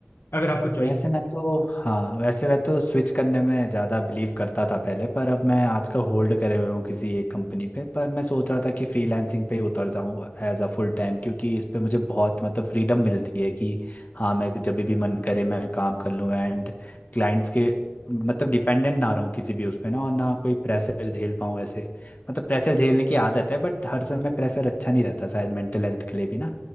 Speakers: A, on the left; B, on the left.
A: अगर आपको चॉइस
B: वैसे मैं तो हाँ वैसे मैं तो स्विच करने में ज़्यादा बिलीव करता था पहले पर अब मैं आजकल होल्ड करे हुए हूँ किसी एक कंपनी पे पर मैं सोच रहा था कि फ्रीलांसिंग पे ही उतर जाऊँ एज अ फुल टाइम क्योंकि इस पे मुझे बहुत मतलब फ्रीडम मिलती है कि हाँ मैं जब भी मन करे मैं काम कर लूँ एंड क्लाइंट्स के मतलब डिपेंडेंट ना रहूँ किसी भी उस पे ना और ना कोई प्रेशर झेल पाऊँ ऐसे मतलब प्रेशर झेलने की आदत है बट हर समय प्रेशर अच्छा नहीं रहता शायद मेंटल हेल्थ के लिए भी ना